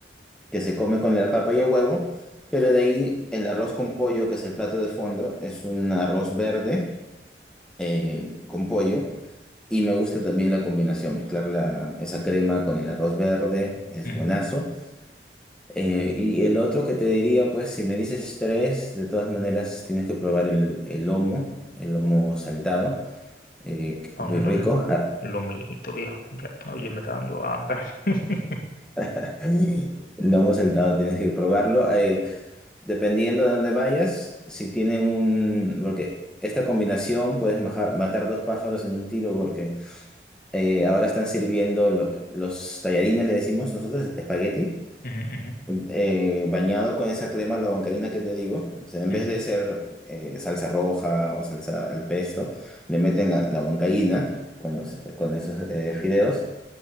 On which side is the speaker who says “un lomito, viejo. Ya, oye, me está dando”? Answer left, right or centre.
Left